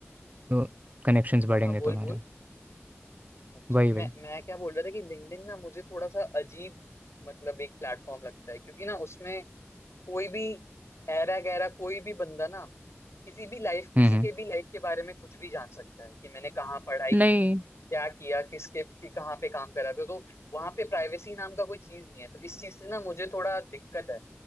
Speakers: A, on the right; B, on the left.
A: तो कनेक्शंस
B: हाँ
A: बढ़ेंगे
B: हाँ हाँ, बोल
A: तुम्हारे
B: बोल अच्छा
A: वही
B: मैं
A: वही
B: मैं क्या बोल रहा था कि लिंक्डइन ना मुझे थोड़ा सा अजीब मतलब एक प्लेटफॉर्म लगता है क्योंकि ना उसमें कोई भी ऐरा गैरा कोई भी बंदा ना किसी भी लाइफ किसी
A: हम्म हम्म
B: के भी लाइफ के बारे में कुछ भी जान सकता है कि मैंने कहाँ पढ़ाई
A: नहीं
B: की क्या किया किसके कि कहाँ पे काम करा था तो वहां पे प्राइवेसी नाम का कोई चीज नहीं है तो इस चीज से ना मुझे थोड़ा दिक्कत है